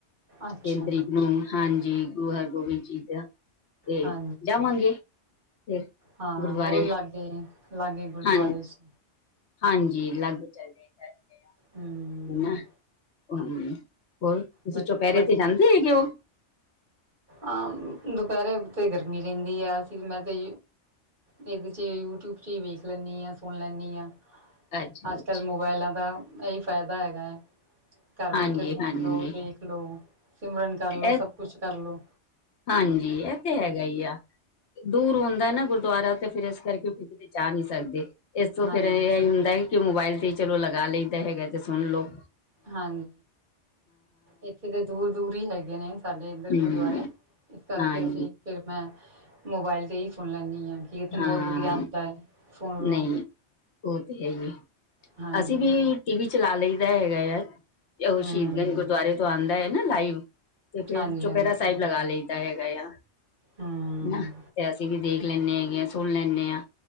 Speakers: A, on the right; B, on the left.
A: ਅੱਛਾ
B: ਤਿੰਨ ਤਰੀਕ ਨੂੰ ਹਾਂਜੀ। ਜੀ ਗੁਰੂ ਹਰਗੋਬਿੰਦ ਜੀ ਦਾ ਤੇ
A: ਹਾਂਜੀ
B: ਜਾਵਾਂਗੇ। ਫਿਰ
A: ਹਾਂ।
B: ਗੁਰਦੁਆਰੇ
A: ਉਹ ਲਾਗੇ ਲਾਗੇ ਗੁਰਦੁਆਰੇ
B: ਹਾਂ
A: ਚ।
B: ਹਾਂਜੀ, ਲਾਗੇ ਚਲ ਜਾਈਦਾ ਹੈ
A: ਹਮ
B: ਨਾ। ਹੂੰ। ਹੋਰ ਤੁਸੀਂ
A: ਵ
B: ਚੁਪਹਿਰੇ
A: ਵ
B: ਤੇ ਜਾਂਦੇ ਹੈਗੇ ਹੋ?
A: ਆਹ। ਦੁਪਹਿਰੇ ਤੇ ਗਰਮੀ ਰਹਿੰਦੀ ਆ ਅਸੀਂ ਮੈਂ ਤੇ ਇਹਦੇ ਚ ਯੂਟਿਊਬ ਚ ਹੀ ਵੇਖ ਲੈਂਦੀ ਹਾਂ, ਸੁਣ ਲੈਂਦੀ ਹਾਂ।
B: ਅੱਛਾ
A: ਅੱਜ
B: ਅੱਛਾ
A: ਕੱਲ੍ਹ ਮੋਬਾਇਲਾਂ ਦਾ ਇਹੀ ਫਾਇਦਾ ਹੈਗਾ ਹੈ। ਘਰ
B: ਹਾਂਜੀ
A: ਬੈਠੇ ਸੁਣ
B: ਹਾਂਜੀ
A: ਲੋ ਦੇਖ ਲੋ ਸਿਮਰਨ ਕਰ ਲੋ
B: ਇਹ
A: ਸਭ ਕੁਛ ਕਰਲੋ।
B: ਹਾਂਜੀ ਇਹ ਤੇ ਹੈਗਾ ਹੀ ਆ। ਦੂਰ ਹੁੰਦਾ ਨਾ ਗੁਰਦੁਆਰਾ ਤੇ ਫਿਰ ਇਸ ਕਰਕੇ ਉੱਥੇ ਕਿਤੇ ਜਾ ਨਹੀਂ ਸਕਦੇ। ਇਸ ਤੋਂ
A: ਹਾਂਜੀ
B: ਫੇਰ ਇਹ ਹੀ ਹੁੰਦਾ ਹੈ ਕਿ ਮੋਬਾਇਲ ਤੇ ਚਲੋ ਲਗਾ ਲਈਦਾ ਹੈਗਾ ਤੇ ਸੁਣ ਲਓ।
A: ਹਾਂਜੀ ਇੱਥੇ ਦੇ ਦੂਰ ਦੂਰ ਵੀ ਹੈਗੇ ਨੇ ਸਾਡੇ ਇੱਧਰ
B: ਹੂੰ
A: ਗੁਰਦੁਆਰੇ ਇਸ ਕਰਕੇ
B: ਹਾਂਜੀ
A: ਅਸੀਂ ਫਿਰ ਮੈਂ। ਮੋਬਾਇਲ ਤੇ ਹੀ ਸੁਣ ਲੈਂਨੀ ਆ ਕੀਰਤਨ
B: ਹਾਂ
A: ਬਹੁਤ ਵਧੀਆ ਆਉਂਦਾ ਹੈ। ਸੁਣ ਲਓ
B: ਨਹੀਂ ਉਹ ਤੇ ਹੈ ਹੀ
A: ਹਾਂਜੀ
B: ਅਸੀਂ ਵੀ ਟੀ ਵੀ। ਚਲਾ ਲਈਦਾ ਹੈਗਾ ਆ ਉਹ
A: ਹੂੰ
B: ਸ਼ਹੀਦਾ ਦੇ ਗੁਰਦੁਆਰੇ ਤੋਂ ਆਉਂਦਾ ਹੈ ਨਾ ਲਾਈਵ। ਤੇ ਫਿਰ
A: ਹਾਂਜੀ
B: ਚੁਪੇਰਾ
A: ਹਾਂਜੀ
B: ਸਾਹਿਬ ਲਗਾ ਲਈਦਾ ਹੈਗਾ ਆ।
A: ਹੂੰ
B: ਤੇ ਅਸੀਂ ਵੀ ਦੇਖ ਲੈਂਦੇ ਹੈਗੇ ਆ ਸੁਣ ਲੈਂਦੇ ਹਾਂ।